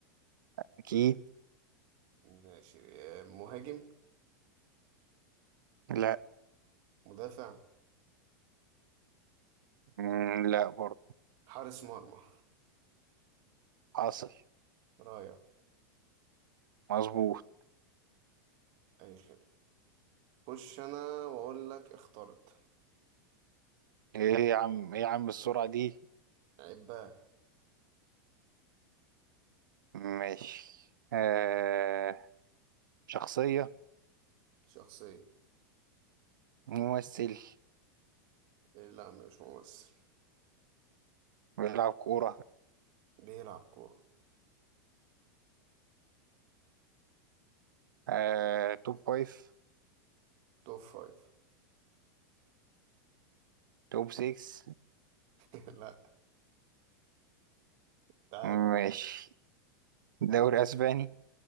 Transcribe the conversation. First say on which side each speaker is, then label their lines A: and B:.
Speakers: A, on the right; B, on the right.
A: اكيد
B: ماشي آه، مهاجم
A: لا
B: مدافع
A: أمم، لا برضه
B: حارس مرمى
A: حاصل
B: رايع
A: مظبوط
B: أي خدمة خش أنا وأقول لك اخترت
A: ايه يا عم ايه يا عم السرعة دي
B: عباه
A: ماشي آه شخصية
B: شخصية
A: ممثل
B: إيه، لا مش ممثل
A: بيلعب كورة
B: بيلعب كورة
A: آه توب فايف
B: توب فايف
A: توب سيكس
B: <laughs> لا انت عارف
A: ماشي
B: والله
A: دوري اسباني